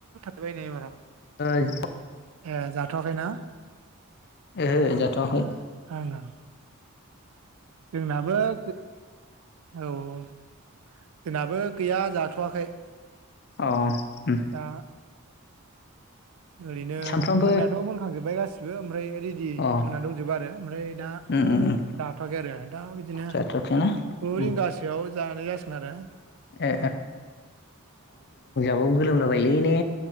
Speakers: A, on the right; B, on the left.
A: <unintelligible> एबाराव
B: ओइ
A: ए जाथ'वाखैना
B: ओहो जाथ' आखै
A: ए ओं ओं <inaudible> जोंनाबो गैया जाथ'वाखै
B: अ उम
A: दा ओरैनो
B: सानफ्रामबो
A: मोननायाथ' मोनखांजोब्बाय गासि रो ओमफ्राय रेडि
B: अ
A: मोनना दंजोबो आरो ओमफ्राय दा
B: उम उम उम
A: जाथ'वाखै आरो दा बिदिनो
B: जाथ'वाखैना
A: गु
B: उम
A: रिंगासोआव जानाय जासिगोन आरो
B: ए बाव गोलोमला बायलै ने